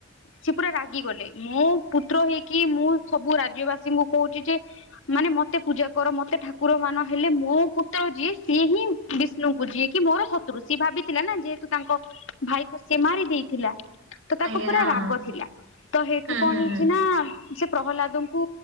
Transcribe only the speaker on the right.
ଆଜ୍ଞା
ହଁ
ହଁ
ହୁଁ
ହୁଁ
ହୁଁ।